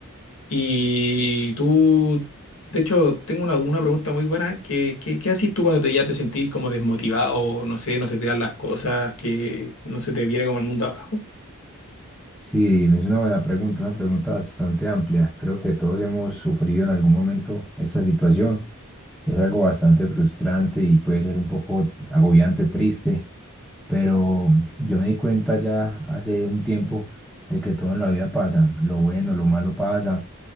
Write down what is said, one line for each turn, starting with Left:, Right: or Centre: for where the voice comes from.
Left: Y tú, de hecho, tengo una, una pregunta muy buena. ¿Qué, qué, qué haces tú cuando te, ya te sentís como desmotivado, no sé, no se te dan las cosas, que no se te viene como el mundo abajo?
Centre: Sí, es una buena pregunta, una pregunta bastante amplia. Creo que todos hemos sufrido en algún momento esta situación. Es algo bastante frustrante y puede ser un poco agobiante, triste, pero yo me di cuenta ya hace un tiempo de que todo en la vida pasa. Lo bueno, lo malo pasa.